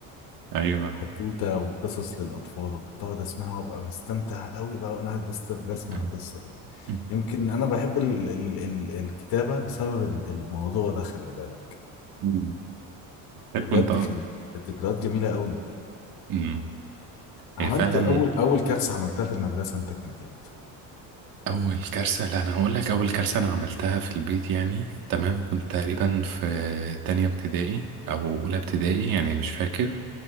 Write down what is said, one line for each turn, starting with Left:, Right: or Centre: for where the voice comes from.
Right: ايوه
Left: حدوته وقصص للاطفال وكنت اقعد اسمعها وابقى بستمتع قوي بقى وانا قاعد بست- بسمع
Right: مم.
Left: القصه دي
Right: مم.
Left: يمكن انا بحب ال ال ال الكتابه بسبب ال- الموضوع ده خلي بالك
Right: مم. حلو
Left: بجد
Right: انت أه.
Left: كانت كانت ذكريات جميله قوي
Right: مم.
Left: عملت
Right: هي فعلا
Left: اول اول كارثه عملتها في المدرسه انت كانت امتى؟
Right: اول كارثه لا انا هقول لك اول كارثه انا عملتها في البيت يعني تمام كنت تقريبا في تانية ابتدائي او اولى ابتدائي يعني مش فاكر